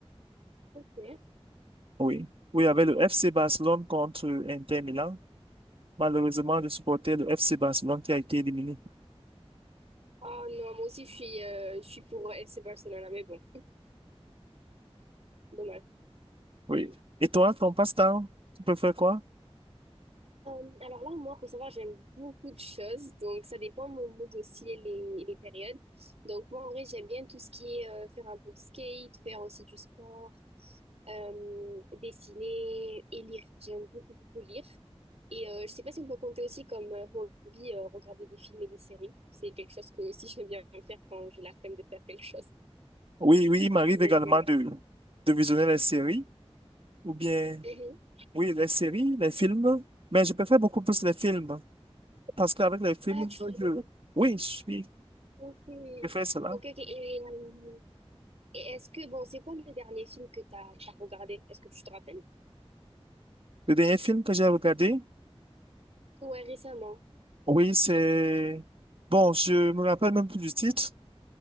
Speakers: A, on the right; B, on the right.
A: ok.
B: Oui, oui il y avait le FC Barcelone contre Inter Milan. Malheureusement, je supportais le FC Barcelone qui a été éliminé.
A: Oh non, moi aussi je suis, euh, je suis pour FC Barcelona, mais bon, dommage.
B: Oui. Et toi, ton passe-temps, tu peux faire quoi?
A: Euh, alors là, moi, faut savoir, j'aime beaucoup de choses, donc ça dépend de mon mood aussi et les, et les périodes. Donc moi, en vrai, j'aime bien tout ce qui est euh, faire un peu de skate, faire aussi du sport, euh, dessiner et lire. J'aime beaucoup, beaucoup lire. Et euh, je sais pas si on peut compter aussi comme euh, hobby euh, regarder des films et des séries. C'est quelque chose que aussi j'aime bien faire quand j'ai la flemme de faire quelque chose.
B: Oui, oui, il m'arrive
A: Donc,
B: également
A: euh,
B: de, de visionner les séries, ou bien,
A: mhm.
B: oui, les séries, les films, mais je préfère beaucoup plus les films, parce qu'avec les films,
A: Ah, tu fais...
B: je, oui, je suis, je
A: Ok,
B: préfère cela.
A: ok, ok. Et, euh, et est-ce que, bon, c'est quoi le dernier film que t'as, t'as regardé? Est-ce que tu te rappelles?
B: Le dernier film que j'ai regardé,
A: Ouais, récemment.
B: oui, c'est, bon, je me rappelle même plus du titre,